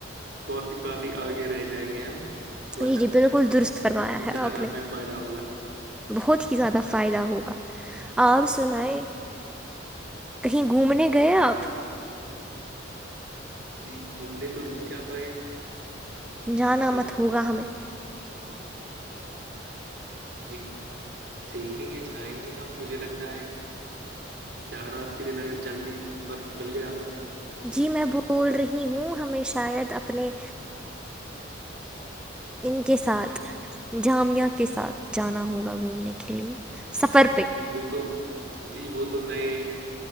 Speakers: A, on the right; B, in the centre.
A: کافی کافی آگے رہ جائیں گے ہم اور
B: جی جی درست فرمایا
A: امتحانات
B: ہے آپ نے
A: میں فائدہ ہوگا
B: بہت ہی زیادہ فائدہ ہوگا آپ سنائیں کہیں گھومنے گئے آپ
A: جی گھومنے تو نہیں جا پائے
B: جانا مت
A: اب
B: ہوگا ہمیں
A: جی دیکھیں گے جائیں گے ہم مجھے لگتا ہے امتحانات کے دن اگر جلدی وقت مل گیا
B: جی میں بول رہی ہوں ہمیں شاید اپنے ان کے ساتھ جامعہ کے ساتھ جانا ہوگا گھومنے کے لیے سفر پہ
A: وہ تو جی وہ تو نئے